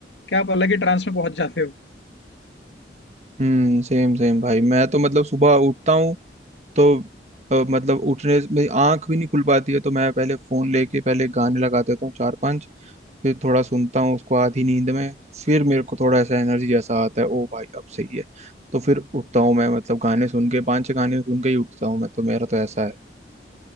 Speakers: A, on the left; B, on the right.
A: क्या आप अलग ही ट्रांस में पहुंच जाते हो
B: हम्म सेम सेम भाई मैं तो मतलब सुबह उठता हूँ तो अ, मतलब उठने में आंख भी नहीं खुल पाती है तो मैं पहले फोन लेके पहले गाने लगा देता हूँ चार पांच फिर थोड़ा सुनता हूँ उसको आधी नींद में फिर मेरे को थोड़ा ऐसा एनर्जी जैसा आता है ओ भाई अब सही है तो फिर उठता हूँ मैं मतलब गाने सुन के पांच छह गाने सुन के ही उठता हूँ मैं तो मेरा तो ऐसा है